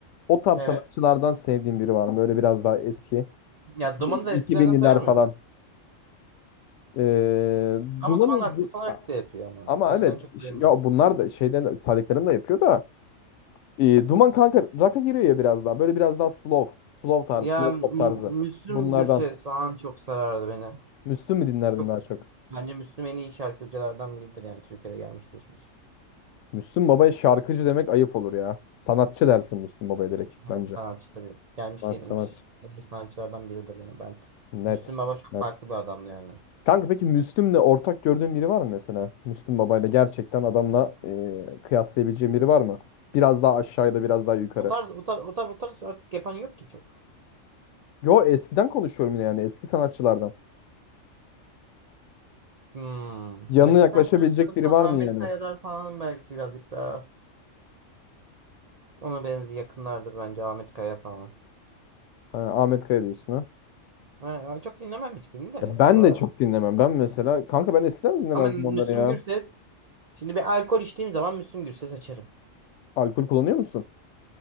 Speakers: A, on the left (about 70°); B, on the right (about 75°).
A: O tarz
B: Evet.
A: sanatçılardan sevdiğim biri var mı? Böyle biraz daha eski.
B: Ya
A: 2000
B: Duman'ı da
A: 2000'liler
B: eskilerden sayar mıyız?
A: falan. Ee,
B: Ama
A: Duman'ı
B: Duman aktif
A: Du-
B: olarak
A: A-
B: da yapıyor ama.
A: ama
B: O
A: evet
B: yüzden çok sayılmaz.
A: ş- ya bunlar da şeyden saydıklarım da yapıyor da e, Duman kanka rock'a giriyor ya biraz daha. Böyle biraz daha slow. Slow
B: Yani
A: tarzı, slow pop
B: M-
A: tarzı.
B: Müslüm
A: Bunlardan.
B: Gürses falan çok sarardı beni.
A: Müslüm mü dinlerdin
B: Çok,
A: daha çok?
B: bence Müslüm en iyi şarkıcılardan biridir yani Türkiye'de gelmiş geçmiş.
A: Müslüm Baba'ya şarkıcı demek ayıp olur ya. Sanatçı dersin Müslüm Baba'ya direkt
B: Yani
A: bence.
B: sanatçı tabii. Gelmiş
A: Sanat-
B: gelmiş
A: Sanatçı.
B: en iyi sanatçılardan biridir yani ben.
A: Net.
B: Müslüm Baba çok
A: Net.
B: farklı bir adamdı yani.
A: Kanka peki Müslüm'le ortak gördüğün biri var mı mesela? Müslüm Baba'yla gerçekten adamla e, kıyaslayabileceğin biri var mı? Biraz daha aşağıda biraz daha yukarı.
B: O tarz, o tarz, o tarz, o tarz artık yapan yok ki çok.
A: Yo eskiden konuşuyorum yine yani eski sanatçılardan.
B: Hmm.
A: Yanına
B: Neşet
A: yaklaşabilecek
B: Ertaş'lar
A: biri
B: falan,
A: var mı
B: Ahmet
A: yani?
B: Kaya'lar falan belki birazcık daha ona benzi yakınlardır bence Ahmet Kaya falan.
A: Ha, Ahmet Kaya diyorsun ha.
B: Ha, çok dinlemem hiçbirini de
A: Ya ben
B: bu sıralar.
A: de çok dinlemem. Ben mesela kanka ben eskiden dinlemezdim
B: Ama Müslüm
A: onları ya.
B: Gürses Şimdi bir alkol içtiğim zaman Müslüm Gürses açarım.
A: Alkol kullanıyor musun?